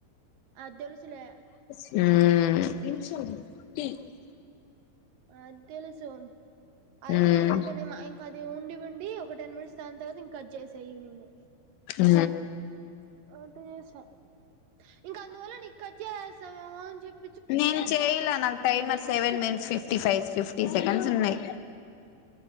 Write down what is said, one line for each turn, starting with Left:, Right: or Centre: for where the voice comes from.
Right: అదెలుసులే
Left: ఊ
Right: అదెలుసు అది
Left: మ్మ్
Right: నేను చెప్పానే మా ఇంక అది ఉండి ఉండి ఒక టెన్ మినిట్స్ దాన్ తర్వాత ఇంక కట్ చేసా ఈవినింగ్.
Left: ఉ
Right: అట్ట చేసా ఇంక అందువల్ల నీ కట్ చేయసావేమో అని చెప్
Left: నేను చేయలా నాకు time అర్స్ seven minutes fifty five fifty seconds ఉన్నయి.